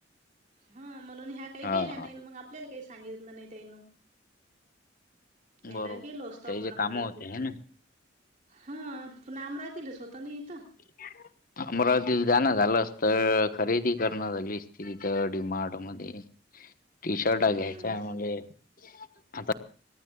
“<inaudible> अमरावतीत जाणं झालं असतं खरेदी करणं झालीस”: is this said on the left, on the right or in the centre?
Left